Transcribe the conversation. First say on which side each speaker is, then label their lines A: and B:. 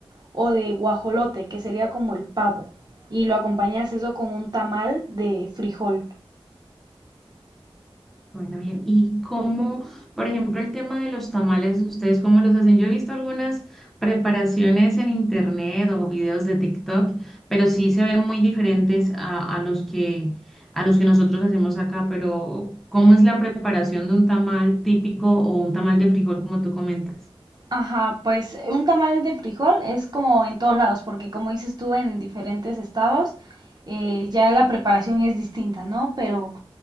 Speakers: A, on the right; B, in the centre.
A: o de guajolote, que sería como el pavo. Y lo acompañas eso con un tamal de frijol.
B: Bueno, bien. ¿Y cómo, por ejemplo, el tema de los tamales, ustedes cómo los hacen? Yo he visto algunas preparaciones en internet o videos de TikTok, pero sí se ven muy diferentes a, a los que, a los que nosotros hacemos acá. Pero, ¿cómo es la preparación de un tamal típico o un tamal de frijol, como tú comentas?
A: Ajá, pues un tamal de frijol es como en todos lados, porque como dices tú, en diferentes estados eh, ya la preparación es distinta, ¿no? Pero